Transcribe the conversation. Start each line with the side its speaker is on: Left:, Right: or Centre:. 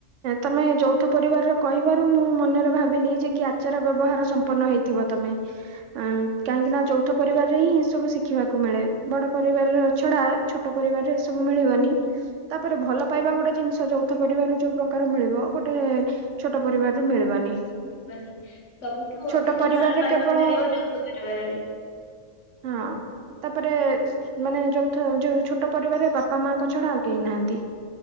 Right: ତମେ ଯୌଥ ପରିବାର ର କହିବାରୁ ମୁଁ ମନରେ ଭାବିଲି ଯେ କି, ଆଚାର ବ୍ୟବହାର ସମ୍ପୂର୍ଣ ହେଇଥିବ ତମେ। <unintelligible> ଅ କାହିଁକି ନା ଯୌଥ ପରିବାରରେ ହିଁ ଏ ସବୁ ଶିଖିବାକୁ ମିଳେ, ବଡ ପରିବାରର ଛଡା ଛୋଟ ପରିବାରରେ ଏସବୁ ମିଳିବନି। ତାପରେ ଭଲ ପାଇବା ଗୋଟେ ଜିନିଷ ଯୋଥ ପରିବାରରୁ ଯୋଉ ପ୍ରକାର ମିଳିବ, ଗୋଟେ ଛୋଟ ପରିବାରରୁ ମିଳିବନି।
Left: ମିଳିବନି, ସବୁଠୁ
Right: ଛୋଟ
Left: ଅଧିକ
Right: ପରିବାରରେ
Left: ଭଲ ପାଇବା
Right: କେବଳ
Left: ମିଳିବ ଯୌଥ ପରିବାରରେ।
Right: ହଁ, ତାପରେ ମାନେ ଯୌଥ ଯୋଉ ଛୋଟ ପରିବାରରେ ବାପା ମାଙ୍କ ଛଡା ଆଉ କେହି ନାହାନ୍ତି।